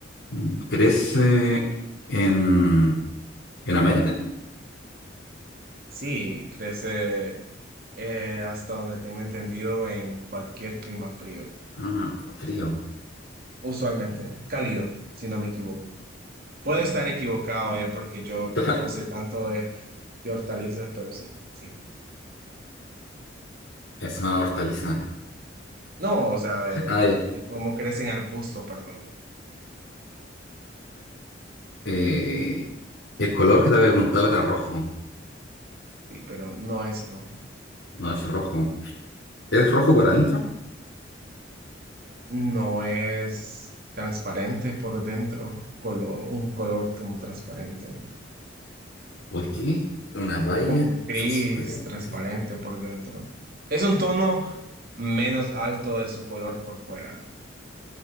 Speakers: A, on the left (about 80°); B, on the right (about 50°).
A: mm, ¿crece en, en América?
B: Sí, crece eh, hasta donde tengo entendido en cualquier clima frío,
A: Ah, frío,
B: usualmente cálido, si no me equivoco. Puedo estar equivocado, eh, porque yo tampoco
A: <laughs> claro,
B: sé tanto de, de hortalizas, pero sí, sí.
A: es una hortaliza.
B: No, o sea, de,
A: <laughs> Ah, ya.
B: de cómo crecen arbustos, perdón.
A: Eh, el color que te había preguntado era rojo.
B: Sí, pero no es rojo.
A: No es rojo. ¿Es rojo por adentro?
B: No es transparente por dentro, colo- un color como transparente.
A: ¿O es qué? Una baya
B: como gris
A: transparente.
B: transparente por dentro. Es un tono menos alto de su color por fuera,